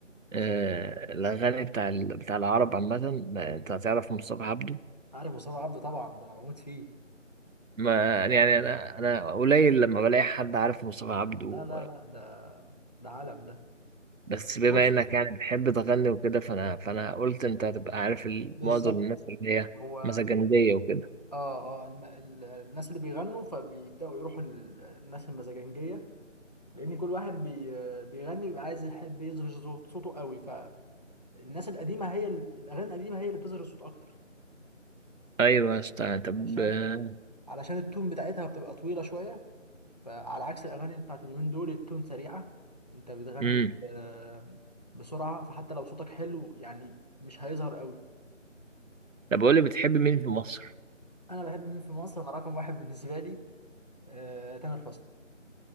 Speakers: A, on the right; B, on the left.
A: آه، الاغاني بتاع ال- بتاع العرب عامة ما انت هتعرف مصطفى عبده
B: عارف مصطفى عبده طبعا ده أنا بموت فيه
A: ما يعني انا انا قليل لما بلاقي حد عارف مصطفى عبده
B: لا لا لا ده ده عالم ده
A: بس بما
B: بص
A: انك يعني بتحب تغني وكده فانا فانا قلت انت هتبقى عارف ال-
B: بالظبط
A: معظم الناس اللي هي
B: هو
A: مسجندية وكده
B: اه اه الم... ال... الناس اللي بيغنوا فبيبدأوا يروحوا لل- للناس المزاجنجية لأن كل واحد بي... بيغني بيبقى عايز يحب يظهر صوت- صوته قوي فالناس القديمة هي ال- الأغاني القديمة هي اللي بتظهر الصوت أكتر
A: ايوه يا اسطى طب
B: عشان
A: آه،
B: علشان التون بتاعتها بتبقى طويلة شوية فعلى عكس الأغاني بتاعت اليومين دول التون سريعة أنت بتغني
A: امم
B: آه، بسرعة فحتى لو صوتك حلو يعني مش هيظهر قوي
A: طب قول لي بتحب مين في مصر
B: أنا بحب مين في مصر أنا رقم واحد بالنسبة لي آه، تامر حسني